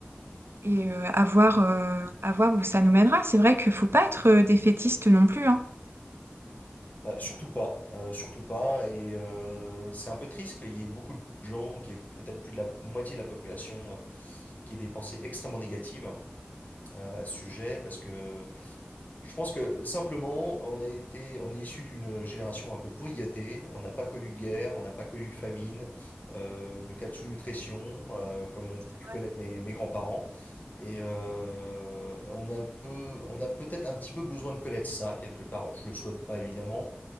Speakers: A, on the right; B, on the left.
A: et euh, à voir, euh, à voir où ça nous mènera. C'est vrai qu'il faut pas être euh, défaitiste non plus, hein.
B: bah, surtout pas, euh, surtout pas. Et euh, c'est un peu triste qu'il y ait beaucoup de gens, qui est peut-être plus de la moitié de la population, euh, qui aient des pensées extrêmement négatives euh, à ce sujet, parce que Je pense que simplement, on a été, on est issu d'une génération un peu pourrigatée. On n'a pas connu de guerre, on n'a pas connu de famine, euh, de cas de sous-nutrition, euh, comme ont
A: C'est
B: pu
A: vrai.
B: connaître mes, mes grands-parents. Et euh, on a un peu, on a peut-être un petit peu besoin de connaître ça quelque part. Je le souhaite pas évidemment,